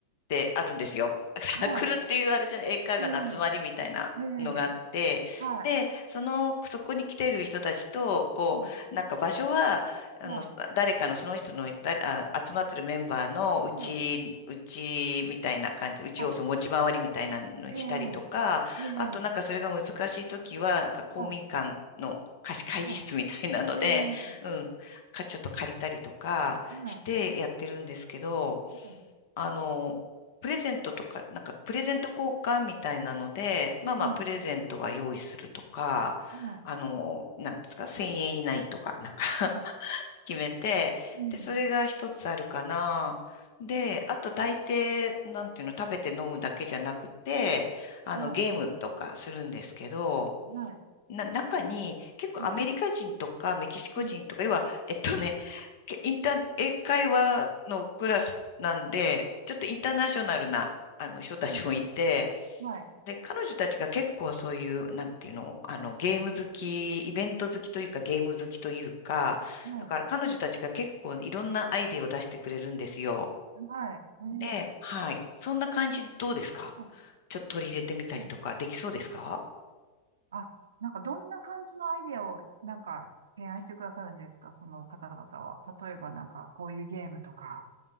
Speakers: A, on the left; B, on the right.
A: てあるんですよ。<laughs> サークルっていうあれじゃない、
B: はい、
A: 英会話の集まりみたいなのがあって、
B: ええ、ええ、はい、
A: で、その、そこに来ている人たちと、こう、
B: はい、
A: なんか場所は、あの、
B: はい、
A: 誰かのその人の、だ、あ、集まってるメンバーのうち、
B: はい、
A: うちみたいな感じ、うちをその持ち回りみたいなのにしたりとか、
B: はい、ええ、ええ、
A: あとなんかそれが難しいときは、なんか公民館の貸し会議室みたいなので、
B: はい、はい、ええ、
A: うん、か、ちょっと借りたりとか、
B: は
A: してやってるんですけど、
B: い、はい、
A: あの、プレゼントとか、なんかプレゼント交換みたいなので、
B: う
A: まあまあプレゼントは用意するとか、
B: ん、うん、はい、
A: あの、なんですか、1000円以内とか、なんか <laughs>
B: は
A: 決めて、
B: い、うん、
A: で、それが一つあるかな。で、あと大抵、なんていうの、食べて飲むだけじゃなくて、あの、
B: はい、
A: ゲームとかするんですけど、
B: はい、
A: な、中に結構アメリカ人とかメキシコ人とか、
B: はい、うん、
A: 要は、えっとね、けインター、英会話のクラスなんで、ちょっとインターナショナルな、あの人たちもいて、
B: はい、
A: で、彼女たちが結構そういう、なんていうの、あの、ゲーム好き、イベント好きというか、ゲーム好きというか、
B: は
A: だから彼女たちが結構いろんなアイデアを出してくれるんですよ。
B: い、はい、ええ、
A: で、はい。そんな感じどうですか
B: はい、
A: ちょっと取り入れてみたりとか、
B: はい。
A: できそうですか
B: あ、なんかどんな感じのアイデアをなんか提案してくださるんですか、その方々は。例えばなんかこういうゲームとか。